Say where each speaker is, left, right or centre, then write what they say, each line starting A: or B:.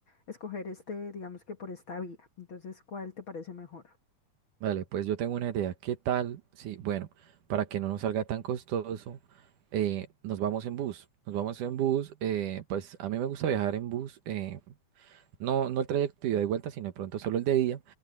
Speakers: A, on the left; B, on the right.
A: escoger este, digamos que por esta vía. Entonces, ¿cuál te parece mejor?
B: Vale, pues yo tengo una idea. ¿Qué tal? Sí, bueno, para que no nos salga tan costoso, eh, nos vamos en bus. Nos vamos en bus. eh, pues a mí me gusta viajar en bus. eh, no, no el trayecto ida y vuelta, sino de pronto solo el de día.